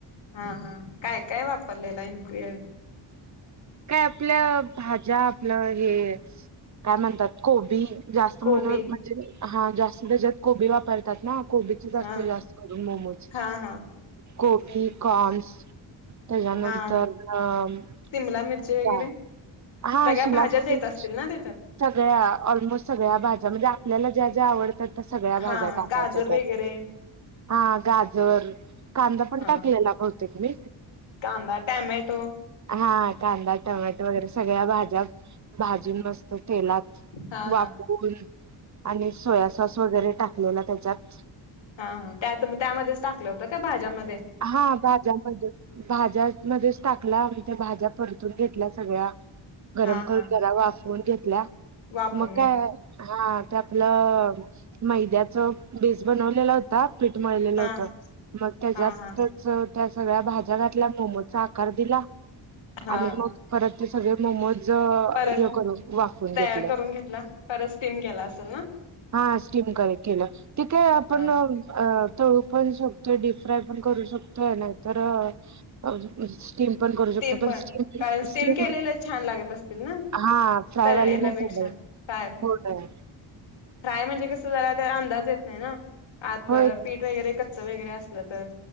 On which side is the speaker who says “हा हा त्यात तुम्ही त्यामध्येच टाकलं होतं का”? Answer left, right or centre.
Left